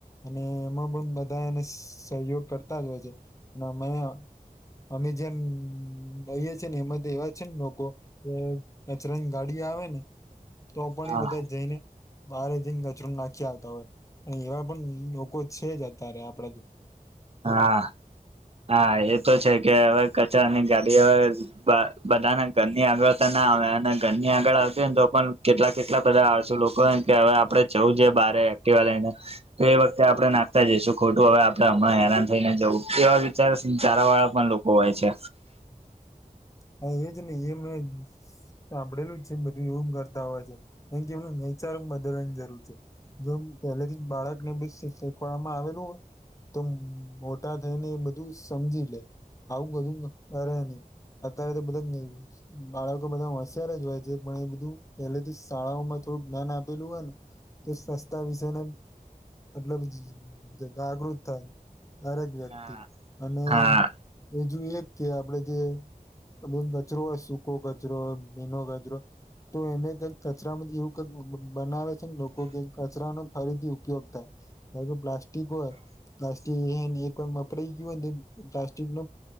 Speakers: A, on the left; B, on the right.
A: અને એમાં પણ બધા એને સહયોગ કરતા જ હોય છે અને અમે અમે જેમ લઈએ છેીએ ને એમાં તો એવા છે ને લોકો કે કચરાની ગાડી આવે ને તો પણ
B: હા
A: એ બધા જઈને બારે જઈને નાખી આવતા હોય એવા પણ લોકો છે જ અત્યારે આપણે
B: હા હા એ તો છે કે હવે કચરાની ગાડી હવે બધાને ઘરની આગળ તો ના આવે અને ઘરની આગળ આવતી ને તો કેટલા કેટલા બધા આવસુ લોકો કે હવે આપડે જવું બારે એક્ટિવા લઈને તો એ વખતે આપણે નાખતા જઈશું ખોટું હવે આપણે હણા હેરાન થઈ ને જવું એવા વિચાર ચારા વાળા પણ લોકો હોય છે
A: હા એજ નહી એ મેં સાંભળેલું એવું કરતા હોય છે એમ કે એમ ચાર બદલવાની જરૂર છે જો પહેલેથી બાળક શખવામાં આવેલું હો તો મોટા થઈને એ બધું સમજી લે આવું કધું કરે નહી અત્યારે તો બધા બાળકો બધા હોશયાર જ હોય છે પણ એ બધું એેલેથી શાળાઓમાં થોડું જ્ઞાન આપેલું હોય ને તો સસ્તા વિશે ને એટલબ જાગૃત થાય દરેક વ્યક્તિ
B: હા
A: અને
B: હા
A: બીજું એક કે આપણેે જે બધ કચરો હોય સૂકો કચરો મીનો કચરો તો એને કઈક કચરામાંથી એવું કઈક બનાવે છે ને લોકો કે કચરાનો ફરીથી ઉપયોગ થાય કાર પ્લાસ્ટિક હોય પ્લાસ્ટિક એ એક વાર વપરાય ગયું હો પ્લાસ્ટિક ન